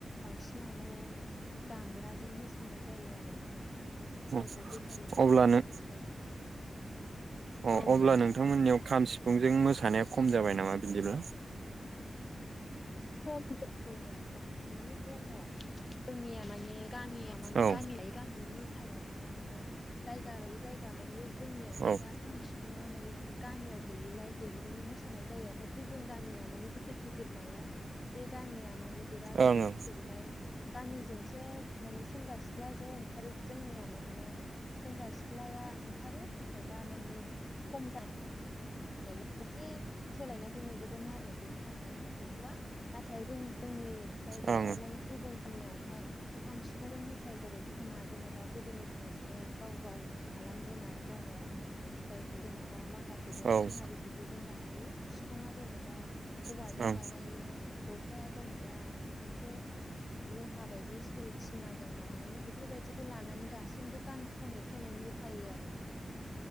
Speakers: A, on the left; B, on the right.
A: बांसिनानो दामग्राजों मोसानाय जायो आरोना नोंथां
B: अ
A: जायखौ बे बेथारि लानानै
B: अब्ला नों
A: मोसायो।
B: अ
A: औ
B: अब्ला
A: नोंथां
B: नोंथांमोननियाव खाम सिफुंजों मोसानाया खम जाबाय नामा बिदिब्ला?
A: खम जोंखै नोंथां माने दङ' जोंनिया माने गामिया मानि
B: औ
A: गामियायै गामियै मुसायो आरोना ओमफ्राय जायगा लायै जायगा माने जोंनियावहाय
B: औ
A: दा खाम सिफुङा माने गामियाव गैयिलाय देगजोंनो मोसानाय जायो ओमफाय गुबुन गामिया मानि गिदिर गिदिर नालाय। बे गामिया माने बिराद
B: ओं
A: माने
B: ओं
A: गिदिरलाय गामिजोंसो माने सेंग्रा सिख्ला ज' ओंखारो जोंनिया माने सेंग्रा सिख्लाया ओंखारो नाथायबा मानि खम जायो <unintelligible> एसे सोलायनायखौ नुबोदों आरो बेनि थाखायनो गैथ'वा नाथाय जों जोंनि जायगायावहाय
B: ओं
A: माने गुबुननियावहाय खाम सिफुंजों मोसायो जेरै खामा जेनेबा गोदोनिफ्रायनो गाव गाव खालामबोनाय दङ' जायखौ जेनेबा माखासे दं
B: औ ओं
A: बिफां आरो बिगुरजों बानायो सिफुङा जेनेबा औवाजों
B: ओं
A: बानायो जथाया जेनेबा मोनसे लहा बायदि स्टेल थामाजों बानायो बेफोरबायदिखौ लानानै दासिमबो गान खनै खनै मो सायो आरोना नोंथां